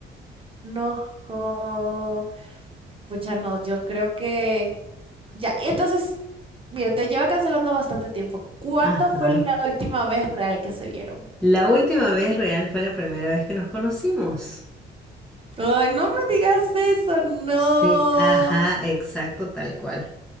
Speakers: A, on the right; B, in the centre.
A: no, jo. Pucha, no, yo creo que... Ya, y entonces, mira, te lleva cancelando bastante tiempo. ¿Cuándo
B: Ajá.
A: fue la última vez real que se vieron?
B: La última vez real fue la primera vez que nos conocimos.
A: Ay, no me digas eso, no.
B: Sí, Ajá, exacto, tal cual.